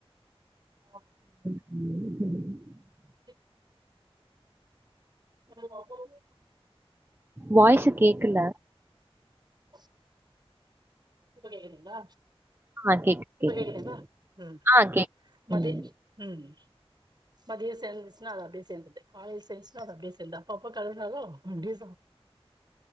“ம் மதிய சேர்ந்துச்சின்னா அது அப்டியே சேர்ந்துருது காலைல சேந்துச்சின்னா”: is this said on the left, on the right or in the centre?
Right